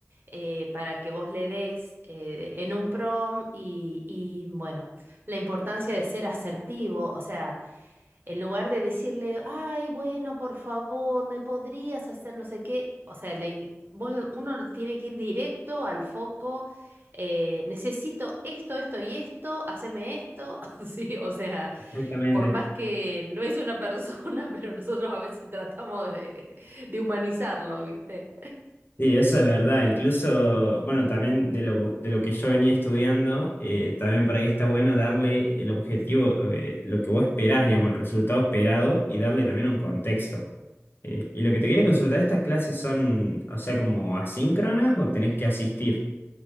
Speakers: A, on the right; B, on the left.
A: eh, para que vos le des eh, en un prom y, y, bueno, la importancia de ser asertivo, o sea, en lugar de decirle, ay, bueno, por favor, me podrías hacer no sé qué, o sea, le- vos, uno tiene que ir directo al foco, eh, necesito esto, esto y esto, haceme esto, <laughs> sí, o sea,
B: Exactamente.
A: por más que no es una persona, <laughs> pero nosotros a veces tratamos de, de humanizarlo, ¿viste?
B: Sí, eso es verdad. Incluso, bueno, también de lo, de lo que yo venía estudiando, eh, también por ahí está bueno darle el objetivo, eh, lo que vos esperás, digamos, el resultado esperado y darle también un contexto. Eh, y lo que te quería consultar, ¿estas clases son, o sea, como asíncronas o tenés que asistir?